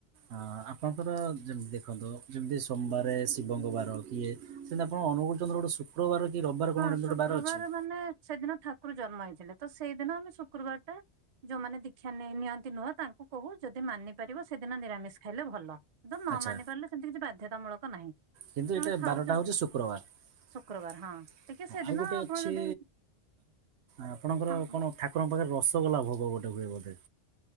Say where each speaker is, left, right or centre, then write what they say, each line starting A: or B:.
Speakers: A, on the right; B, on the right.
A: ହଁ ଆ ଆପଣଙ୍କର ଯେମ ଦେଖନ୍ତୁ ଯେମିତି ସୋମବାରେ ଶିବଙ୍କ ବାର କି ଇଏ ସେମିତି ଆପଣ ଅନୁଗୁଳ ଚନ୍ଦ୍ର ଗୋଟେ ଶୁ ଶୁକ୍ର ବାର କି ରବିବାର କଣ
B: ହଁ
A: ଗୋଟେ ଏମିତି
B: ଶୁକ୍ରବାର
A: ଗୋଟେ ବାର ଅଛି?
B: ମାନେ ସେଦିନ ଠାକୁର ଜନ୍ମ ହେଇଥିଲେ ତ ସେଇଦିନ ଆମେ ଶୁକ୍ରୁବାରଟା। ଯୋଉମାନେ ଦୀକ୍ଷା ନେଇ ନିଅନ୍ତି ନୁହଁ ତାଙ୍କୁ କହୁ ଯଦି ମାନି ପାରିବ ସେଦିନ ନିରାମିଷ ଖାଇଲେ ଭଲ। ଯୋ ନ
A: ଆଚ୍ଛା
B: ମାନି ପାରିଲେ ସେମିତି କିଛି ବାଧ୍ୟତାମୂଳକ ନାହିଁ।
A: କିନ୍ତୁ
B: ଜଣେ
A: ଏଇଟା
B: ଖାଉଛନ୍ତି
A: ବାରଟା ହଉଛି ଶୁକ୍ରବାର।
B: ଶୁକ୍ରବାର ହଁ ଟିକେ
A: ହଁ
B: ସେଦିନ
A: ଆଉ ଗୋଟେ
B: ଆପଣ
A: ଅଛି
B: ଯଦି
A: ଆପଣଙ୍କର
B: ହଁ
A: କଣ? ଠାକୁରଙ୍କ ପାଖରେ ରସଗୋଲା ଭୋଗ ଗୋଟେ ହୁଏ ବୋଧେ?